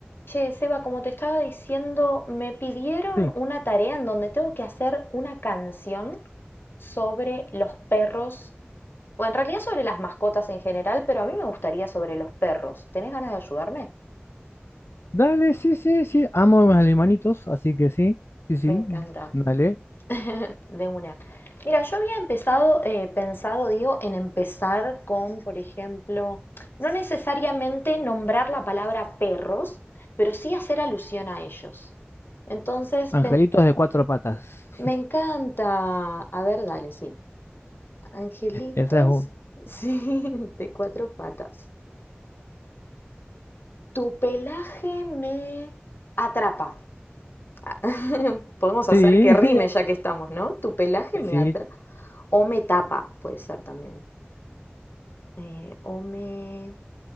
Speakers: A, on the left; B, on the left.
A: Che, Seba, como te estaba diciendo, me pidieron
B: Sí,
A: una tarea en donde tengo que hacer una canción sobre los perros, o en realidad sobre las mascotas en general, pero a mí me gustaría sobre los perros. ¿Tenés ganas de ayudarme?
B: dale, sí, sí, sí. Amo a mis alemanitos, así que sí, sí, sí,
A: Me encanta.
B: dale.
A: <laughs> De una. Mira, yo había empezado, eh, pensado, digo, en empezar con, por ejemplo, no necesariamente nombrar la palabra perros, pero sí hacer alusión a ellos. Entonces,
B: Angelitos de cuatro patas. <laughs>
A: Me encanta. A ver, dale, sí. Angelitos,
B: Esa es un.
A: <laughs> sí, de cuatro patas. Tu pelaje me atrapa. Ah, <laughs> Podemos
B: Sí,
A: hacer que
B: <laughs>
A: rime ya que estamos, ¿no? Tu pelaje
B: sí,
A: me atrapa. O me tapa, puede ser también. Eh, o me,